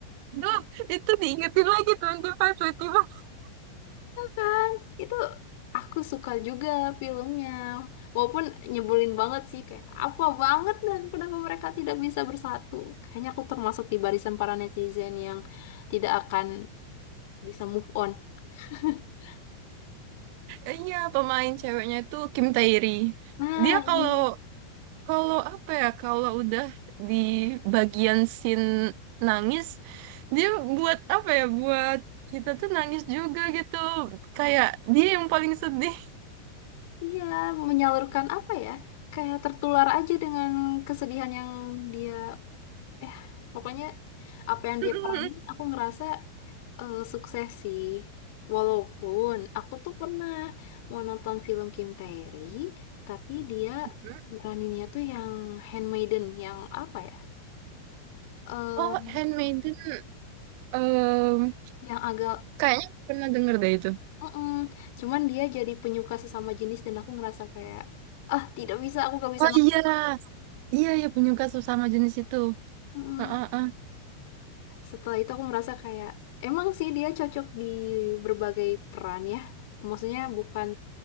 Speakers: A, on the right; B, on the left.
A: aduh
B: ya kan?
A: itu diingetin lagi 25 25
B: Kan, itu aku suka juga filmnya. Walaupun nyebelin banget sih kayak apa banget dan kenapa mereka tidak bisa bersatu. Kayaknya aku termasuk di barisan para netizen yang tidak akan bisa move on. <laughs>
A: Iya, pemain ceweknya itu Kim Tae-ri.
B: Nah,
A: Dia
B: iya.
A: kalau kalau apa ya, kalau udah di bagian scene nangis, dia buat apa ya, buat kita tuh nangis juga gitu. Kayak dia yang paling sedih.
B: Iya, menyalurkan apa ya? Kayak tertular aja dengan kesedihan yang dia eh pokoknya apa yang
A: <laughs> Bener.
B: dia peranin aku ngerasa eh, sukses sih walaupun aku tuh pernah mau nonton film Kim Tae-ri tapi dia
A: Hmm.
B: meraninnya tuh yang handmaiden yang apa ya Em,
A: Oh, Handmaiden. em,
B: yang agak
A: kayaknya aku pernah denger deh itu.
B: mm cuman dia jadi penyuka sesama jenis dan aku ngerasa kayak ah tidak bisa aku gak bisa
A: Oh
B: nonton
A: iya, iya ya penyuka sesama jenis itu.
B: Mm.
A: Heeh,
B: Setelah itu aku merasa kayak emang sih dia cocok di berbagai peran ya. Maksudnya bukan